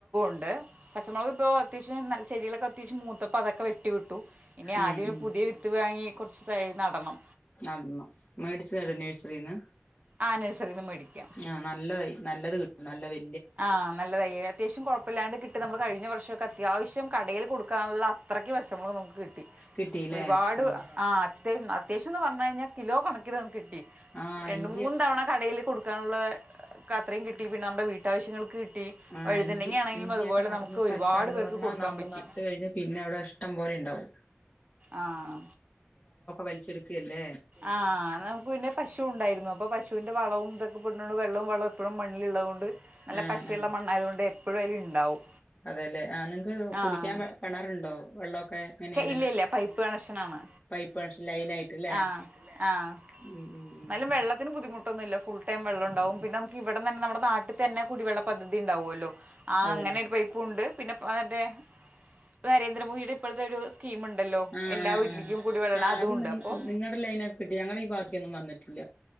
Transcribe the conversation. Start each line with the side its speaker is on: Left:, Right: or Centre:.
Right: ണ്ട് പച്ചമുളക് ഇപ്പോൾ അത്യാശ്യ നല്ല ചെടയിലൊക്കെ അത്യാവശം മൂത്തപ്പപ്പോ അതൊക്കെ വെട്ടിട്ട് ഇനി
Left: ഉം
Right: ആദ്യം
Left: ഉം
Right: പുതിയ വിത്ത് വാങ്ങി കുറച്ച് തയ്യ് നടണം
Left: നടന്നു മേടിച്ച് തര
Right: ഉം
Left: നേഴ്സറിന്ന്
Right: ആ നഴ്സറിന്ന് മേടിക്കാം
Left: ആ നല്ലതായ് നല്ലത് കിട്ടും നല്ലവെ
Right: ആ നല്ലതായി അത്യാവശ്യംകുഴപ്പല്ലാണ്ട് കിട്ടും നമ്മ കഴിഞ്ഞ വർഷം നമ്മക്ക് അത്യാവശ്യം കടയിൽ കൊടുക്കാനുള്ള അത്രക്ക് പച്ചമുളക് നമുക്ക്- കിട്ടി
Left: കിട്ടില്ലേ
Right: ഒരുപാട്
Left: ആഹ്
Right: ആ അത്യാവശ്യം അത്യാവശ്യയെന്ന് പറഞ്ഞ് കഴിഞ്ഞാൽ കിലോ കണക്കിൽ നമുക്ക് കിട്ടി
Left: ആഹ്
Right: രണ്ട്
Left: ഇഞ്ചി
Right: മൂന്ന് തവണ കടേല് കൊടുക്കാനുള്ള അത്രയും കിട്ടി പിന്നെ നമ്മുടെ വീട്ടാവശ്യങ്ങൾക്ക്- കിട്ടി
Left: ആഹ്
Right: വഴുതനങ്ങ
Left: ഇഞ്ചി
Right: ആണെങ്കിലും
Left: ഇഞ്ചിയൊക്കെ
Right: അതുപോലെ
Left: നടന്ന
Right: നമുക്ക്
Left: സ്ഥലത്താണ്
Right: ഒരുപാട് പേർക്ക്
Left: പറഞ്ഞാ
Right: കൊടുക്കാൻ
Left: നമ്മള്
Right: പറ്റി
Left: നട്ടു കഴിഞ്ഞ് പിന്നെ അവിടെ ഇഷ്ടം- പോലെ ഇണ്ടാവും
Right: ആഹ്
Left: വലിച്ചെടുക്കല്ലേ
Right: ആഹ് നമുക്ക് പിന്നെ പശുണ്ടായിരുന്നു- ഇപ്പോ പശുവിന്റെ വളവും ഇതൊക്കെ പെടുന്നത്കൊണ്ട് വെള്ളോം വളോം മണ്ണിളിതുകൊണ്ട് നല്ല
Left: ആഹ്
Right: പശയുള്ള
Left: ആഹ്
Right: മണ്ണായതോണ്ട്- എപ്പോഴും അതിൽ ഇണ്ടാവും
Left: അതെല്ലേ ആ നിങ്ങക്ക് കുടിക്കാൻ
Right: ആഹ്
Left: കിണറുണ്ടോ വെള്ളമൊക്കെ എങ്ങനെയാണ്
Right: ഇല്ലയില്ല പൈപ്പ് കണക്ഷനാണ്
Left: പൈപ്പ് കണക്ഷൻ ലൈൻ ആയിട്ട്ല്ലേ
Right: ആഹ് ആഹ്
Left: ഉം ഉം
Right: എന്നാലും
Left: ഉം
Right: വെള്ളത്തിന് ബുദ്ധിമുട്ട ഒന്നില്ല ഫുൾടൈം വെള്ളം ഇണ്ടാവും പിന്നെ നമുക്ക് ഇവിട്ന്ന് തന്നെ നമ്മുടെ നാട്ടിൽ തന്നെ കുടിവെള്ള പദ്ധതി ഇണ്ടാവുമല്ലോ ആഹ്
Left: അതെല്ലേ
Right: അങ്ങനെ ഒരു പൈപ്പുംയുണ്ട് പിന്നെ ആർടെയാ നരേന്ദ്രമോദിയുടെ ഇപ്പോഴത്തെ ഒരു സ്കീം ഇണ്ടല്ലോ
Left: ആഹ്
Right: എല്ലാ
Left: ആഹ്
Right: വീട്ടിലേക്കും
Left: ആഹ്
Right: കൂടി വെള്ളണം
Left: ആഹ്
Right: അതും
Left: അത്
Right: ഉണ്ട്
Left: നി
Right: അപ്പൊ-
Left: നിങ്ങടെ ലൈനൊക്കെ കിട്ടി ഞങ്ങടെ ഈ ഭാഗത്തേക്കൊന്നും വന്നിട്ടില്ല